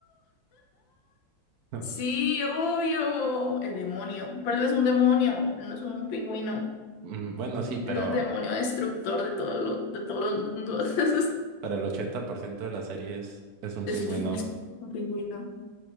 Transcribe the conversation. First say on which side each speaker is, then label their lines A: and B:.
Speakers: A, on the right; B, on the left.
A: <laughs>
B: Sí, obvio. El demonio. Pero él es un demonio. Él no es un pingüino.
A: Mm, Bueno, sí, pero,
B: Es un demonio destructor de todos los, de todos los mundos. <laughs>
A: pero el 80% de la serie es, es un
B: Es
A: pingüino.
B: un es un pingüino.